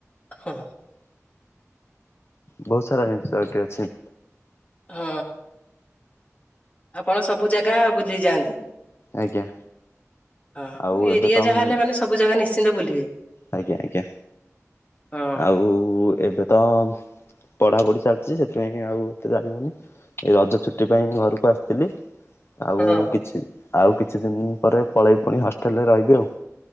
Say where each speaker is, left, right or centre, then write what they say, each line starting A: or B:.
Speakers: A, on the left; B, on the left.
A: ହଁ।
B: ବହୁତ ସାରା ଜିନିଷ ଏଠି ଅଛି।
A: ହଁ। ଆପଣ ସବୁ ଜାଗା ବୁଲି ଯାଆନ୍ନ୍ତି?
B: ଆଜ୍ଞା
A: ହଁ
B: ଆଉ ଏବେ
A: ଏରିଆ
B: ତ
A: ଯାହା
B: ମୁଁ
A: ହେଲେ ମାନେ ସବୁ ଜାଗା ନିଶ୍ଚିନ୍ତ ବୁଲିବେ।
B: ଆଜ୍ଞା ଆଜ୍ଞା
A: ହଁ।
B: ଆଉ ଏବେ ତ ପଢାପଢି ଚାଲିଛି ସେଥିପାଇଁ ଆଉ ଏତେ ଯାଈହଉନି ଏ ରଜ ଛୁଟି ପାଇଁ ଘରକୁ ଆସିଥିଲି। ଆଉ
A: ହଁ
B: କିଛି ଆଉ କିଛି ଦିନ ପରେ ପଳେଇ ପୁଣି ହଷ୍ଟେଲରେ ରହିବି ଆଉ।